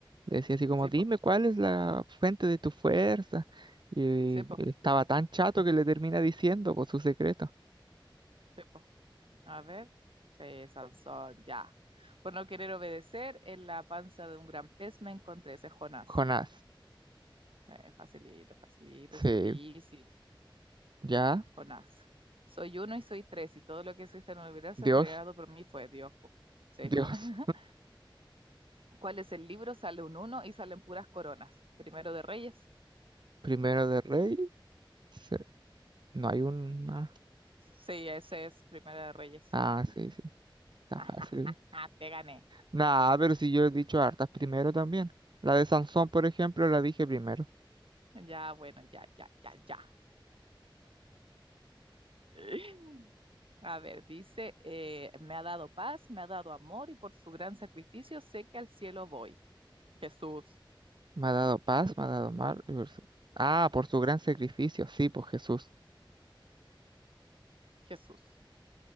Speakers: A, on the right (about 60°); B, on the right (about 85°).
A: le decía así como,
B: Sí,
A: dime
B: po,
A: cuál es la fuente de tu fuerza. Y
B: sí, po,
A: él estaba tan chato que le termina diciendo, por su secreto.
B: sí, po. A ver. Sí, Sansón, ya. Por no querer obedecer, en la panza de un gran pez me encontré ese es Jonás.
A: Jonás.
B: Eh, facilito, facilito,
A: Sí,
B: easy peasy,
A: ya,
B: Jonás. Soy uno y soy tres, y todo lo que existe en el universo
A: Dios,
B: creado por mí fue Dios, po.
A: <laughs>
B: Sí.
A: Dios.
B: <laughs> ¿Cuál es el libro? Sale un uno y salen puras coronas. Primero de Reyes.
A: Primero de Rey, se- no hay una.
B: Sí, ese es Primero de Reyes.
A: Ah, sí, sí, está
B: <laughs>
A: fácil igual.
B: Te gané.
A: Nah, pero si yo he dicho hartas primero también. La de Sansón, por ejemplo, la dije primero.
B: Ya, bueno, ya, ya, ya, ya. <laughs> A ver, dice, eh, me ha dado paz, me ha dado amor y por su gran sacrificio sé que al cielo voy. Jesús,
A: Me ha dado paz, me ha dado mal. y por su- Ah, por su gran sacrificio, sí, por Jesús.
B: Jesús.